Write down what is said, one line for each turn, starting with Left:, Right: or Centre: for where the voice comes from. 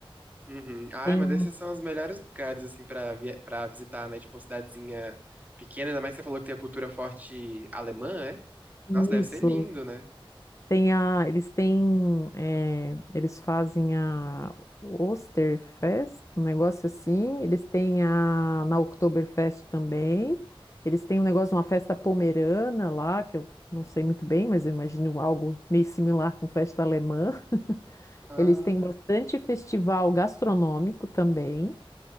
Right: Uhum. Ai,
Left: Tem
Right: mas esses são os melhores lugares, assim, pra, vi- pra visitar, né? Tipo, uma cidadezinha pequena, ainda mais que você falou que tem a cultura forte alemã, é?
Left: isso.
Right: Nossa, deve ser lindo, né?
Left: Tem a, eles têm, eh, eles fazem a Osterfest, um negócio assim. Eles têm a na Oktoberfest também. Eles têm um negócio, uma festa pomerana lá, que eu não sei muito bem, mas eu imagino algo meio similar com festa alemã. <laughs>
Right: Ah,
Left: Eles têm bastante festival gastronômico também.